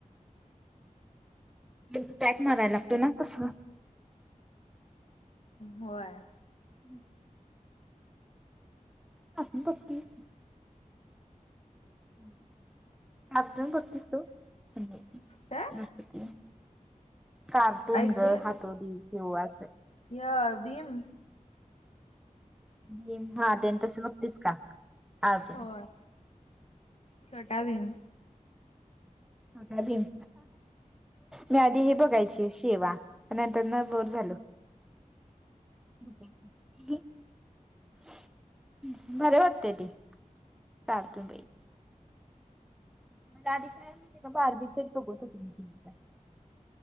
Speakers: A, in the centre; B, on the left.
A: नेट पॅक मारायला लागतोय ना तसं.
B: होय.
A: हं. <inaudible> <unintelligible> <inaudible> कार्टून बघतीस तु, नाही
B: काय
A: कार्टून
B: ऐकू
A: ग हातोडी कींवा
B: य भीम.
A: हा भीम, ते तसं बघतीस का. अजून
B: होय, छोटा भीम.
A: छोटा भीम. मी आधी हे बघायची शेवा, नंतर नं बोर झालं. <unintelligible> बरं वाटतंय ते, कार्टून बाई. <unintelligible>